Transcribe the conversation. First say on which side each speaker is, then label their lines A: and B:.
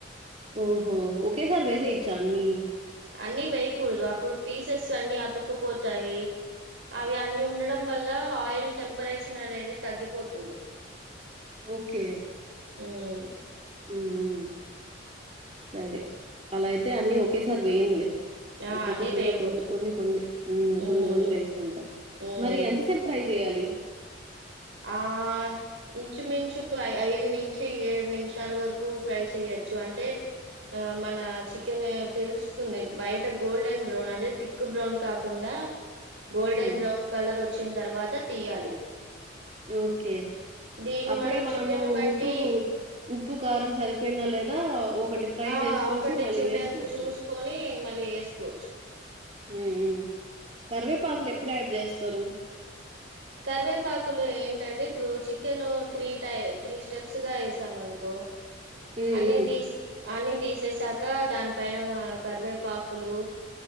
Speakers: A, on the right; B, on the right.
A: ఓహో ఓకే సారి వేసేయ్చా అన్ని
B: అన్ని వేయకూడదు అప్పుడు పీసెస్ అన్ని అతుక్కుపోతాయి అవి అన్ని ఉండడం వల్ల ఆయిల్ టెంపరేచర్ అనేది తగ్గిపోతుంది
A: ఓకే
B: మ్మ్
A: మ్మ్ సరే అలా అయితే అన్నీ ఒకేసారి వేయను లే
B: ఆ!
A: ఒక్కొక్కటిగా
B: అన్నీ వేయకూడదు.
A: కొన్ని కొన్ని కొన్ని మ్మ్
B: హ్మ్.
A: కొన్ని కొన్ని వేసుకుంటాం
B: హ్మ్.
A: మరి ఎంతసేపు ఫ్రై చేయాలి <inaudible>
B: ఆ ఇంచుమించు ఐదు నుంచి ఏడు నిమిషాల వరకు ఫ్రై చెయొచ్చు అంటే ఆ మన చికెన్ తెలుస్తుంది బయట గోల్డెన్ బ్రౌన్ అంటే తిక్ బ్రౌన్ కాకుండా గోల్డెన్
A: హ్మ్.
B: బ్రౌన్ కలర్ వచ్చిన తర్వాత తీయాలి
A: ఓకే
B: దీన్ని
A: అప్పుడే
B: మనం
A: మనము
B: చికెన్ బట్టి
A: ఉప్పు ఉప్పు కారం సరిపోయిందా లేదా ఒకటి ఫ్రై
B: ఆ
A: చేసి చూసి
B: ఒకటి
A: మళ్ళీ
B: చిన్నది
A: వేసుకోవచ్చు.
B: చూసుకొని మల్లి ఏస్కోవచ్చు
A: మ్మ్ మ్మ్ కరివేపాకులు ఎప్పుడు యాడ్ చేస్తరు
B: కరివేపాకులు ఏంటంటే ఇప్పుడు చికెన్ త్రీ టై త్రీ స్టెప్స్ గా వేసామనుకో
A: హ్మ్.
B: అన్ని
A: హ్మ్.
B: తీసి అన్నీ తీసేసాక దాని పైన కరివేపాకులు